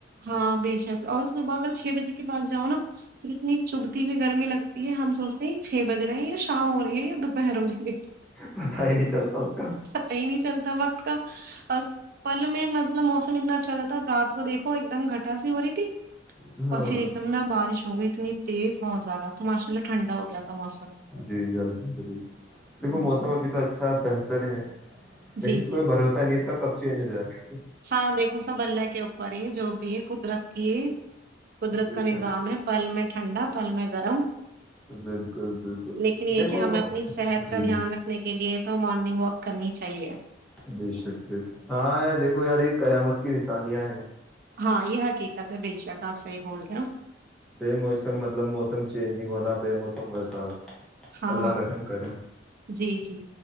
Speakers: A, on the right; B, in the centre.
A: ہاں بے شک اور اسبگر چھ بجے کے بعد جاؤ نا پھر اتنی چبھتی بھیئی گرمی لگتی ہے ہم سوچتے ہیں چھ بج رہے ہیں یا شام ہو رہی ہے یا دوپہر ہو رہی ہے
B: پتا ہی نہیں چلتا اس کا
A: پتہ ہی نہیں چلتا وقت کا اور پل میں مطلب موسم اتنا اچھا ہو جاتا ہےب رات کو دیکھ وہ ایک دم گھٹاس نہیں ہو رہی تھی
B: ہاں
A: اور پھر ایک دم نا بارش تو وہ اتنی تیز بہت زیادہ تو ماشاء اللہ ٹھنڈا ہو گیا تھا موسم
B: جی جی الحمد دیکھو
A: ہاں
B: موسم ابھیتھ اچھا بہتر ہے <unintelligible> لیکن
A: جی
B: کوئی
A: جی
B: بھروسہ نہیں اس کا کب چینج ہو جائےا ہے
A: ہاں دیکھو سب اللہ کے اوپر یہ جو بھی ہے قدرت کی قدرت
B: بے
A: کا
B: شک
A: نظام ہے پہللمٹ ٹھنڈا پل میں گرم
B: بالکل بالکل
A: لیکن یہ
B: دیکھو
A: کہ ہمیں اپنی صحت
B: جی
A: کا دھیان رکھنے کے لیے تو مارننگ واک کرنی چاہیے
B: بے شک <inaudible> ہاں دیکھو یار یہ قیامت کی نشانیاں ہیں
A: ہاں یہ حقیقت ہے بے شک آپ صحیح بول رہے ہو
B: بے موسم مطلب موسم چینجنگ ہونا بے موسم <unintelligible>
A: ہاں
B: اللہ رحم کرے
A: جی جی